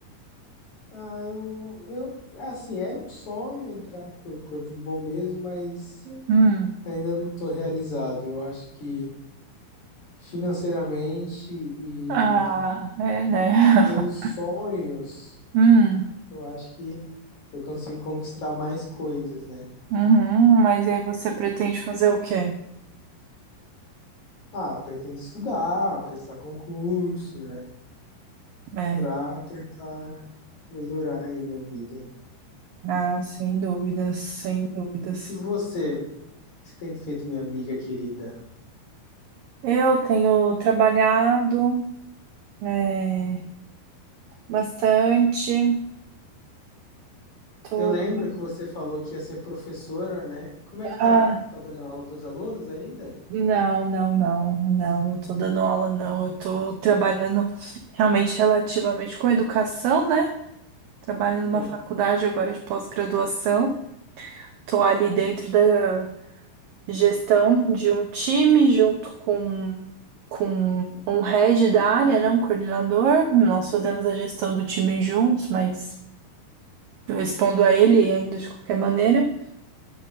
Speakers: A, on the left; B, on the right.
A: Ah, eu, eu, assim, era um sonho entrar pro corpo de bombeiros, mas
B: Hum,
A: ainda não tô realizado. Eu acho que financeiramente e
B: ah, é, né? <laughs>
A: Pelos sonhos,
B: Hum,
A: eu acho que eu consigo conquistar mais coisas, né?
B: uhum, mas aí você pretende fazer o quê?
A: Ah, pretendo estudar, prestar concurso, né?
B: É,
A: Pra tentar melhorar aí minha vida.
B: ah, sem dúvidas, sem dúvidas.
A: E você, o que você tem feito, minha amiga querida?
B: Eu tenho trabalhado, é, bastante. Tô...
A: Eu lembro que você falou que ia ser professora, né? Como é
B: Ah,
A: que tá? Tá dando aula pros alunos ainda?
B: não, não, não, não, não tô dando aula, não. Eu tô trabalhando realmente relativamente com educação, né? Trabalho numa
A: Sim,
B: faculdade agora de pós-graduação. Tô ali dentro da gestão de um time junto com, com um head da área, né? Um coordenador. Nós fazemos a gestão do time juntos, mas eu respondo a ele ainda de qualquer maneira.